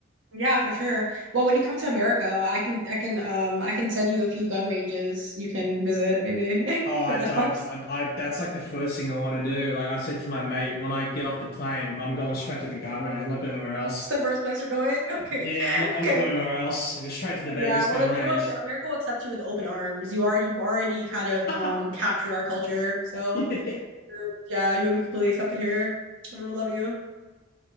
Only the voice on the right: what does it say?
Yeah, for sure. Well, when you come to America, I can I can um I can send you a few gun ranges you can visit maybe <laughs>
if it
helps.
It's the first place you're going. Okay.
<laughs>
Okay.
Okay,
yeah. Well
then
you know what? America will accept you with open arms. You are you've already kind of
um captured our culture. So
you're, yeah, you'll be completely accepted here. Everyone will love you